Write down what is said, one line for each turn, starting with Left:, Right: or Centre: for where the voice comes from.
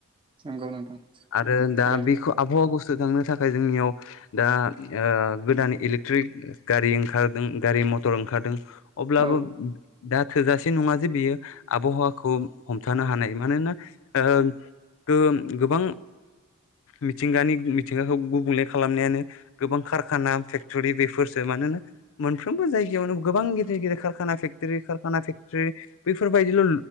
Right: नंगौ नोंथां
Left: आरो दा
Right: थारैनो
Left: बेखौ आबहावाखौ होखांनो थाखाय जोंनियाव दा ओ गोदान इलेकट्रिक गारि ओंखारदों। गारि मथर ओंखारदों अब्लाबो
Right: औ
Left: दा थोजासे नङा जे बियो आबहावाखौ हमथानो हानाय मानोना ओ गोम गोबां मिथिंगानि मिथिंगाखौ गुबुंले खालामनायानो गोबां कारखाना फेक्टरि बेफोर <inaudible> मोनफ्रोमबो जायगायावनो गोबां गेदेर गिदिराना फेक्टरि खाना फेक्टरि बेफोरबायदिल'